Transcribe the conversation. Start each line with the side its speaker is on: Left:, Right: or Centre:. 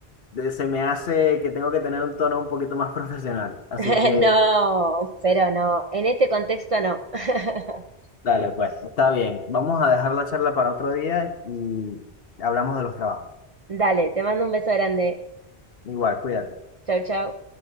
Left: de- se me hace que tengo que tener un tono un poquito más <laughs> profesional. Así
Right: <laughs>
Left: que...
Right: No, pero no, en este contexto no. <laughs>
Left: Dale, pues, está bien. Vamos a dejar la charla para otro día y hablamos de los trabajos.
Right: Dale, te mando un beso grande.
Left: Igual, cuídate.
Right: Chau, chau.